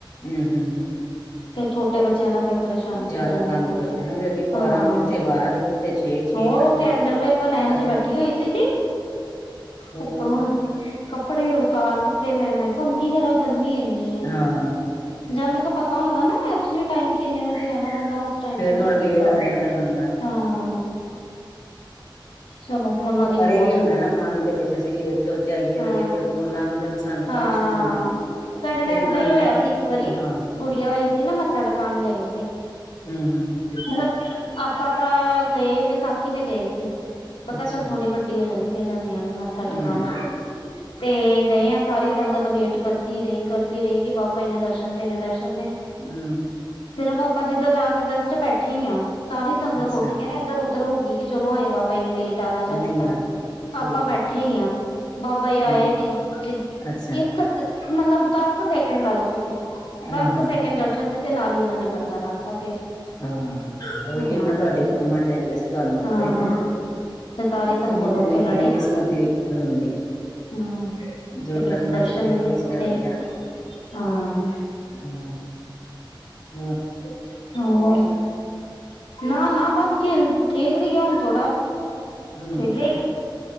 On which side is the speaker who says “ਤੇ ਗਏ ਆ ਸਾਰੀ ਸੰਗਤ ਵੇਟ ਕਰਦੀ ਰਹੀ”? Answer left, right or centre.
Left